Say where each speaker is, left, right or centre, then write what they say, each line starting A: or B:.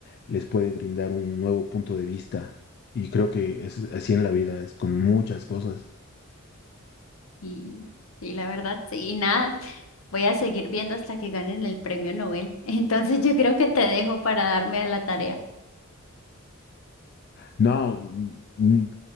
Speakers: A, on the left (about 50°); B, on the left (about 70°).
A: les puede brindar un nuevo punto de vista. Y creo que es así en la vida, es con muchas cosas.
B: Y, y la verdad, sí, y nada. Voy a seguir viendo hasta que ganen el premio Nobel. <laughs> Entonces yo creo que te dejo para darme a la tarea.
A: No, mm, mm,